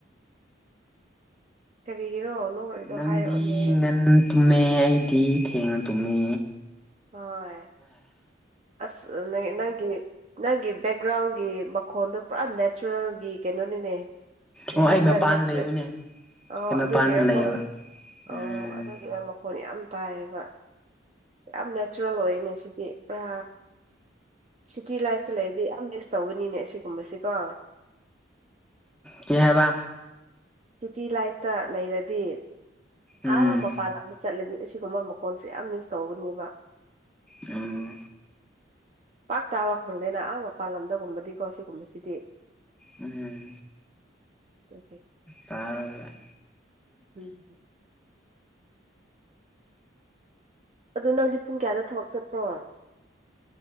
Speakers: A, on the right; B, in the centre.
A: ꯀꯔꯤꯒꯤꯔꯣ ꯅꯣꯛꯔꯤꯗꯣ
B: ꯅꯪꯗꯤ
A: ꯍꯥꯏꯔꯛꯑꯣꯅꯦ
B: ꯉꯟ ꯇꯨꯝꯃꯦ ꯑꯩꯗꯤ ꯊꯦꯡꯅ ꯇꯨꯝꯃꯦ
A: ꯍꯣꯏ ꯑꯁ ꯅ ꯅꯪꯒꯤ ꯅꯪꯒꯤ ꯕꯦꯛꯒ꯭ꯔꯥꯎꯟꯒꯤ ꯃꯈꯣꯟꯗꯣ ꯄꯨꯔꯥ ꯅꯦꯆꯔꯦꯜꯒꯤ ꯀꯩꯅꯣꯅꯤꯅꯦ ꯀ꯭ꯔꯤꯍꯦꯁ꯭ꯔꯆ
B: ꯑꯣ ꯑꯩ ꯃꯄꯥꯟꯗ ꯂꯩꯕꯅꯦ
A: ꯑꯣ
B: ꯑꯩ
A: ꯑꯗꯨꯒꯤꯔꯀꯣ
B: ꯃꯄꯥꯟꯗ ꯂꯩꯌꯦꯕ ꯎꯝ
A: ꯑꯣ ꯑꯗꯨꯒꯤꯔ ꯃꯈꯣꯟ ꯌꯥꯝ ꯇꯥꯏꯌꯦꯕ ꯌꯥꯝ ꯅꯦꯆꯔꯦꯜ ꯑꯣꯏꯅꯦ ꯁꯤꯗꯤ ꯄꯨꯔꯥ ꯁꯤꯇꯤ ꯂꯥꯏꯐꯇ ꯂꯩꯔꯗꯤ ꯌꯥꯝ ꯃꯤꯁ ꯇꯧꯕ ꯅꯤꯅꯦ ꯑꯁꯤꯒꯨꯝꯕꯁꯤꯀꯣ
B: ꯀ ꯍꯥꯏꯕ
A: ꯁꯤꯤꯇꯤ ꯂꯥꯏꯐꯇ ꯂꯩꯔꯗꯤ
B: ꯎꯝ
A: ꯑꯥ ꯃꯄꯥꯟ ꯂꯝꯗ ꯆꯠꯂꯗꯤ ꯑꯁꯤ ꯁꯨꯝꯕ ꯃꯈꯣꯟꯜꯁꯦ ꯌꯥꯝ ꯃꯤꯁ ꯇꯧꯒꯅꯦꯕ
B: ꯎꯝ
A: ꯄꯥꯛ ꯇꯥꯕ ꯐꯪꯗꯦꯅ ꯑꯥ ꯃꯄꯥꯥꯟ ꯂꯝꯗꯒꯨꯝꯕꯗꯤꯀꯣ ꯁꯤꯒꯨꯝꯕꯁꯤꯗꯤ
B: ꯎꯝ
A: ꯑꯗꯨ
B: ꯇꯔ
A: ꯎꯝ ꯑꯗꯨꯣ ꯅꯪꯗꯤ ꯄꯨꯡ ꯀꯌꯥꯗ ꯊꯕꯛ ꯆꯠꯄ꯭ꯔꯣ